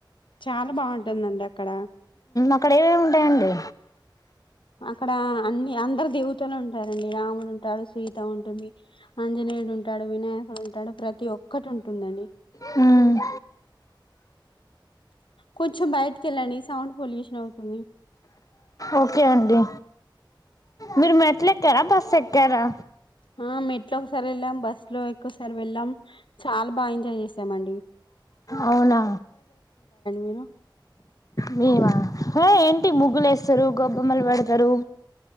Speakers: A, on the left; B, on the left.
A: చాలా బాగుంటుందండి. అక్కడ
B: అక్కడ ఏవేవి ఉంటాయండి.
A: అక్కడ అన్ని అందరు దేవతలు ఉంటారండి. రాముడు ఉంటారు. సీత ఉంటుంది. అంజనేయుడు ఉంటాడు. వినాయ్ అంటాడు. ప్రతి ఒక్కటి ఉంటుందండి.
B: హ్మ్
A: కొంచెం బయటకి వెళ్ళండి సౌండ్ పొల్యూషన్ అవుతుంది
B: ఓకే అండి మీరు మెట్లు ఎక్కారా బస్సు ఎక్కారా
A: హా మెట్లో ఒకసారి వెల్లామ్ బస్ లో ఎక్కువసారి వెళ్ళాం చాలా బాగా ఎంజాయ్ చేసాం అండి
B: అవునా
A: మీరు
B: మేవా హే ఏంటి ముగ్గులు వేస్తారు గొబ్బెమ్మలు పెడతరు